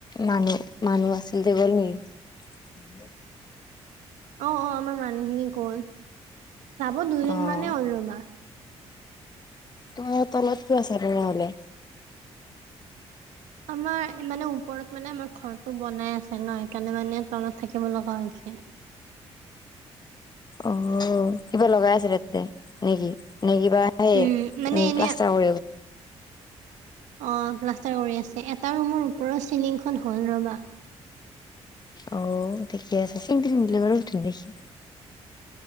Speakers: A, on the left; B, on the right.
A: মানুহ মানুহ আছিল যে গল নেকি।
B: অ অ আমাৰ মানুহখিনি গল যাব দুদিন
A: অ',
B: মানেই হ'ল ৰবা।
A: টোমো তলত কি আছা তেনেহ'লে।
B: আমাৰ মানে ওপৰত মানে আমাৰ ঘৰটো বনাই আছে ন সেইকাৰণে মানে টাউনত থাকিব লগা হৈছে
A: অ কিবা লগাই আছিলে তাতে নেকি নে কিবা। হে
B: উম মানে
A: উম
B: এনে
A: প্লাছতাৰ <inaudible>
B: অ প্লাষ্টাৰ কৰি আছে এটা ৰুমৰ ওপৰৰ চিলিংখন হল ৰবা।
A: অ ঠিকে আছে <inaudible> বাৰু ধুন দেখি